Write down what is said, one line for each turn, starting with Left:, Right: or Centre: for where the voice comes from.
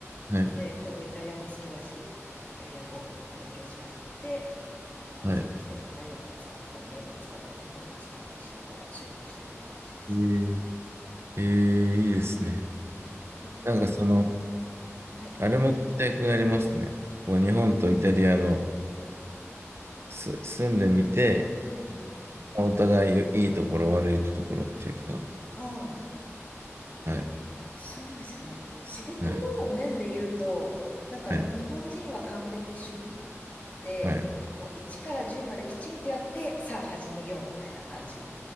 Right: はい。
Left: で、ちょうどイタリアも好きだし、イタリア語勉強し始めて、こっちに来てイタリア語使ったり、
Right: はい。
Left: 英語使ったり、日本語使ったりしながら仕事してるって感じです。
Right: えー、えーいいですね。
Left: うん。結構。
Right: なんかその、
Left: はい。
Right: あれも聞きたくなりますね。こう日本とイタリアのす住んでみて、
Left: うんうん。
Right: お互いいいところ、悪いところっていうか、
Left: あ
Right: はい、
Left: あ、えそうですね。仕事の面で言うと、
Right: はい、
Left: なんか日本人は完璧主義
Right: はい、
Left: で、
Right: はい、
Left: もう1から10まできちんとやって、さあ始めようみたいな感じ